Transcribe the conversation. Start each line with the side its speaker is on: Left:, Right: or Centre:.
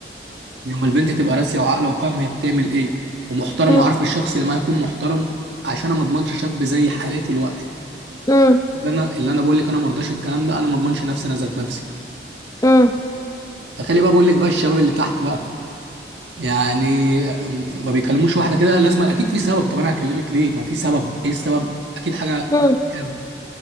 Right: لما البنت تبقى راسيه وعاقله وفاهمه هي بتعمل ايه ومحترمه
Left: مم.
Right: وعارفه الشخص اللي معاها يكون محترم عشان انا ما اضمنش شاب زي حالاتي دلوقتي
Left: مم،
Right: اللي انا اللي انا بقول لك انا ما ارضاش الكلام ده انا ما اضمنش نفسي انا ذات نفسي
Left: مم،
Right: تخيلي بقى بقول لك بقى الشباب اللي تحت بقى يعني ما بيكلموش واحده كده لازم اكيد في سبب طب انا هكلمك ليه ما في سبب ايه السبب اكيد حاجه
Left: مم،
Right: حلو